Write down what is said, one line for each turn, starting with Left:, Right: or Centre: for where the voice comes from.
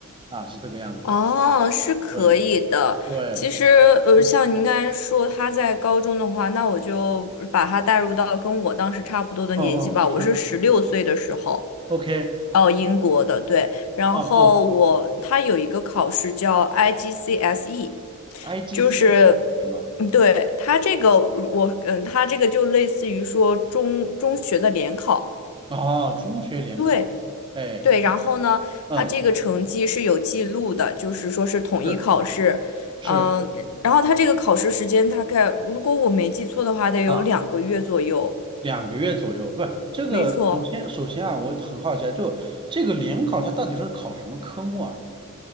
Right: 啊，是这个样子。
Left: 哦，是可以的。
Right: 对对，
Left: 其实，呃，
Right: 嗯，
Left: 像您刚才说他在高中的话，那我就把他带入到跟我当时差不多的年纪吧。
Right: 嗯嗯是
Left: 我是十六岁的时候，
Right: ，OK，
Left: 哦，英国的，对。然后我他有一个考试叫
Right: 嗯嗯
Left: IGCSE，
Right: ，IGCSE
Left: 就是，
Right: 是什么？
Left: 嗯对，他这个我，嗯，他这个就类似于说中中学的联考。
Right: 啊中学联考，
Left: 对，
Right: 哎，
Left: 对，然后呢，
Right: 嗯
Left: 他这个成绩是有记录的，就是说是统一考试，
Right: 是是。
Left: 嗯，然后他这个考试时间大概，如果我没记错的话，得有两个月左右。
Right: 啊。两个月左右，不是这个。
Left: 没错，
Right: 首先，首先啊，我很好奇啊，就这个联考它到底是考什么科目啊？